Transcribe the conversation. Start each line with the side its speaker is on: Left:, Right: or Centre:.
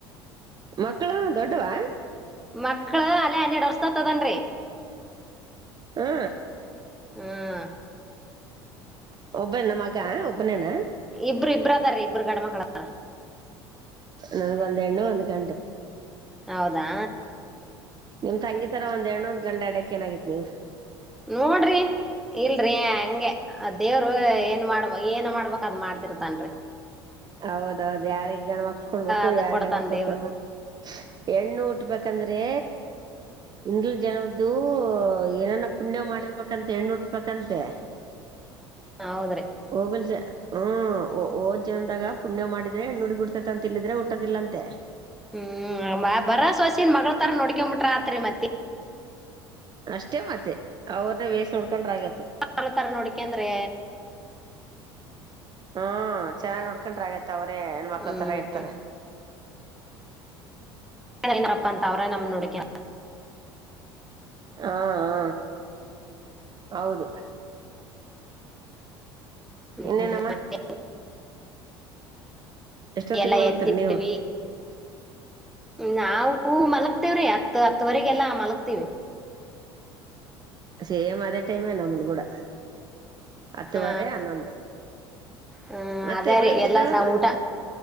Right: ಮಕ್ಕಳು ದೊಡ್ಡವಾ
Centre: ಮಕ್ಕಳು ಅಲ್ಲೇ ಹನ್ನೆರಡು ವರ್ಷತದನ್ರಿ
Right: ಹಾ
Centre: ಹ್ಮ್
Right: ಒಬ್ಬನ್ ಮಗ ಒಬ್ಬನ್ಣ
Centre: ಇಬ್ರು ಇಬ್ ಅದಾರ ಇಬ್ಬರು ಗಡ ಮಕ್ಳದ
Right: ನನಗೆ ಒಂದ ಎಣ್ಣು ಒಂದು ಕಂಡು
Centre: ಹೌದಾ
Right: ನಿಮ್ ತಂಗಿ ತರ ಒಂದ್ ಎಣ್ಣೊಂದ ಗಂಡ ಅಡಕ್ ಏನಾಗಾಗಿತ್ ನೀವವು
Centre: ನೋಡ್ರಿ ಇಲ್ರಿ ಹಂಗೆ ಅ ದೇವ್ರು ಏನ್ ಮಾಡ ಏನ್ ಮಾಡ್ಬಬೇಕಕ್ ಅದ್ ಮಾಡ್ತಿರ್ತನ್ರಿ
Right: ಹೌದೌದು ಯಾರಿಗ್ ಗಂಡ್ಮಕ್ಳ ಕೊಡ್ಬೇಕು
Centre: ಅದ
Right: ಯಾರ್
Centre: ಕೊಡ್ತಾನ
Right: ಗಣ್ಮಕ್ಳ
Centre: ದೇವ್ರು
Right: ಕೊಡ್ಬೇಕು ಹೆಣ್ಣು ಉಟ್ಬೇಕಂದ್ರೆ ಇನ್ ಜನದ್ದು ಏನನ ಪುಣ್ಯ ಮಾಡಿರ್ಬೇಕಂತೆ ಹೆಣ್ಣು ಉಟ್ಬೇಕಂತೆ
Centre: ಹೌದ್ರಿ
Right: ಹೋಗಲ್ ಜ ಹ್ಮ ಓದ್ ಜನದಾಗ ಪುಣ್ಯ ಮಾಡಿದ್ರೆ ನೋಡ್ ಬಿಡ್ತತ ಅಂತ ಇಲ್ಲಿದ್ರೆ ಊದಿಲ್ಲಂತೆ
Centre: ಹ್ಮ್ ಬರ ಸೋಸನ್ ಮಗಳ ತರ ನೋಡ್ಕೊಬಿಟ್ರ ಆತ್ರಿ ಮತ್ತೆ
Right: ಅಷ್ಟೇ ಮತ್ತೆ ಅವ್ರನ್ನ ಬೇಸ್ ನೋಡ್ಕೊಂಡ್ರ ಆಗತ್
Centre: ಮಗಳ ತರ ನೋಡ್ಕೊಂಡ್ರೆ
Right: ಹ್ಮ ಚೆನ್ನಾಗಿ್ ನೋಡ್ಕೊಂಡ್ರ ಆಗತ್ತ ಮ ಅವ್ರೇ ಹೆಣ್ಮಕ್ಳ
Centre: ಹ್ಮ್
Right: ತರ ಇರ್ತಾರೆ
Centre: ಏನಾರಪ್ಪ ಅಂತ ಅವ್ರೆ ನಮ್ಮ್ ನೋಡಿಕ
Right: ಹಾ ಹ ಹೌದು
Centre: ಹ್ಮ್
Right: ಇನ್ನೇನಮ್ಮ
Centre: ಮತ್ತೆ
Right: ಎಷ್ಟೊತ್ತಿಗೆ
Centre: ಟಿಯಲ
Right: ಮಲಗ್ತರಿ
Centre: ಎತ್ತಟ್ಟವಿ
Right: ನೀವು
Centre: ನಾವವು ಮಲಗ್ತೇವ್ರೀ ಹತ್ ಹತ್ತುವರೆಗೆಲ್ಲಾ ಮಲಗ್ತೀವಿ
Right: ಸೇಮ್ ಅದೇ ಟೈಮೇ ನಮ್ದ ಕೂಡ ಹತ್ತುವರೆ
Centre: ಆ
Right: ಹನ್ನೊಂದು
Centre: ಹ್ಮ್
Right: ಮತ್ತೆ
Centre: ಅದೇ
Right: ಬೆಳಿಗ್ಗೆದ್ದಳದ
Centre: ರೀ ಎಲ್ಲಾ ಸಹ ಊಟ